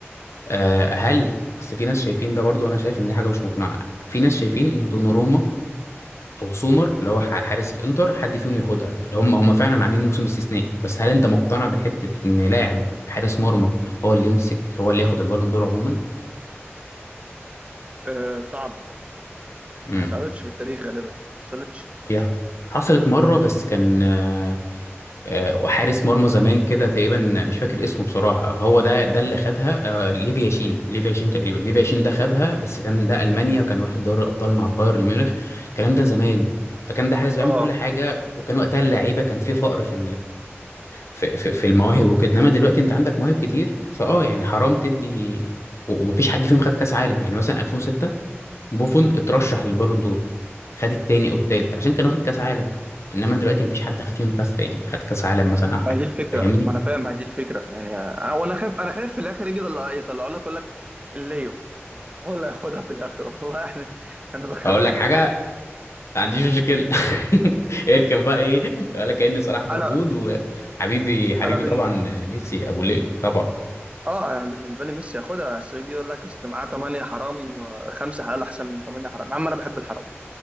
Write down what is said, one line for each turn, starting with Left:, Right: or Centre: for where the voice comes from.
Left: آه، هل اصل في ناس شايفين ده برضو انا شايف ان دي حاجه مش مقنعه في ناس شايفين ان دوناروما او سومر اللي هو ح- حارس الانتر حد فيهم ياخدها اللي هم هم فعلا عاملين موسم استثنائي بس هل انت مقتنع بحته ان لاعب حارس مرمى هو اللي يمسك هو اللي ياخد البالون دور عموما
Right: آه صعبه
Left: امم
Right: ما حصلتش في التاريخ غالبا ما حصلتش
Left: هي حصلت مره بس كان آه، آه، حارس مرمى زمان كده تقريبا مش فاكر اسمه بصراحه هو ده ده اللي خدها آه، ليفيا شين ليفيا شين تقريبا ليفيا شين ده خدها بس كان ده المانيا وكان واخد دوري الابطال مع بايرن ميونخ الكلام ده زمان فكان ده حارس بيعمل
Right: اه
Left: كل حاجه وكان وقتها اللعيبه كان في فقر في في في, في المواهب وكده انما دلوقتي انت عندك مواهب كتير فاه يعني حرام تدي و- ومفيش حد فيهم خد كاس عالم يعني مثلا 2006 بوفون اترشح للبالون دور خد التاني او التالت عشان كان واخد كاس عالم انما دلوقتي مفيش حد خد فيهم كاس يعني خد كاس عالم مثلا او حاجه
Right: ما دي الفكره
Left: فاهمني
Right: ما انا فاهم ما دي الفكره يعني انا وانا خايف انا خايف في الاخر يجي اللي يطلعوا لك يقول لك الليو هو اللي هياخدها في الاخر والله احنا <laughs> انا بخاف
Left: اقول لك
Right: من
Left: حاجه
Right: الحوار
Left: ما عنديش مشكله <laughs> اركب بقى ايه ولا كأن صلاح موجود
Right: انا
Left: وحبيبي حبيبي
Right: انا بال...
Left: طبعا ميسي ابو ليه طبعا
Right: اه يعني بالنسبه لي ميسي ياخدها بس يجي يقول لك اصل معاه 8 حرام آه، خمسه حلال احسن من 8 حرام يا عم انا بحب الحرام